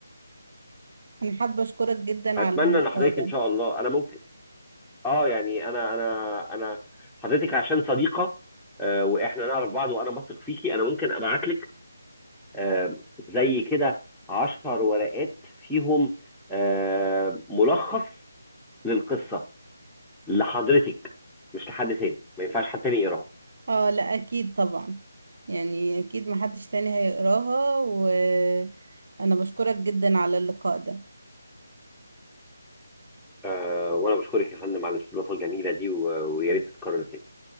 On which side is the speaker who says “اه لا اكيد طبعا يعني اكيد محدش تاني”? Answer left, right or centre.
Right